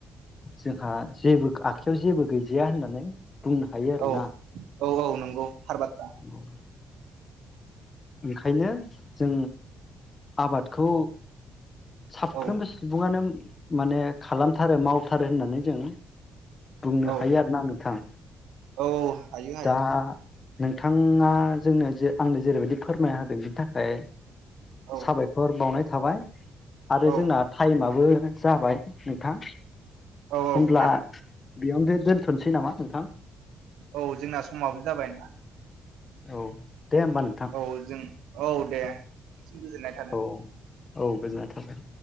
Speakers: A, on the left; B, on the right.
A: जोंहा जेबो आखायाव जेबो गैजाया होननानै बुंनो हायो आरोना।
B: औ औ औ नंगौ। थार बाथ्रा
A: उम ओंखायनो जों आबादखौ साफ्रोमबो
B: औ
A: सुबुङानो माने खालामथारो मावथारो होननानै जों बुंनो
B: औ
A: हायो आरो ना नोंथां।
B: औ हायो हायो
A: दा नोंथाङा जोंनो जे आंनो जेरैबायदि फोरमायना होदों बिनि थाख खाय
B: औ
A: साबायखर बावनाय थाबाय। आरो
B: औ
A: जोंना टाइमाबो जाबाय नोंथां।
B: औ औ
A: होमब्ला
B: खोनादों
A: बेयावनो दोनथ'नोसै नामा नोंथां?
B: औ जोंना समाबो जाबायना।
A: औ दे होमबा नोंथां
B: औ जों औ दे। सिम गोजोननाय थादों।
A: औ औ गोजोननाय थाबाय।